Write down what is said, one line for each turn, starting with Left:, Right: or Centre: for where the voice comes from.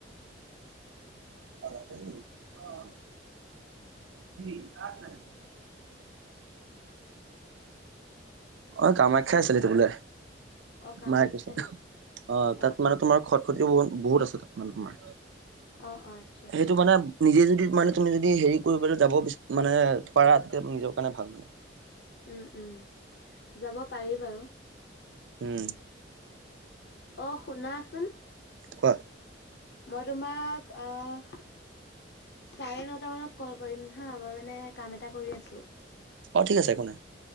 Right: <unintelligible> <unintelligible> অহ, কি কাক লাগে? অহ, কামাখ্যা আছিলে এইটো বোলে।
Left: অ', কামাখ্যা
Right: মায়ে কৈছে
Left: নেকি?
Right: অহ, তাত
Left: অ', অ',
Right: মানে তোমাৰ খট খটিও ব-বহুত আছে তাত মানে তোমাৰ।
Left: অ', অ', আচ্ছা
Right: সেইটো মানে নিজে যদি মানে তুমি যদি হেৰি কৰি পেলাই যাব বি মানে পাৰা, তেতিয়া নিজৰ কাৰণে ভাল বোলে।
Left: উম', উম' যাব পাৰি বাৰু।
Right: উম।
Left: অহ, শুনাচোন।
Right: কোৱা
Left: মই তোমাক অহ চাৰে নটা মানত কল কৰিম হা, মই মানে কাম এটা কৰি আছোঁ।
Right: অ', ঠিক আছে একো নাই,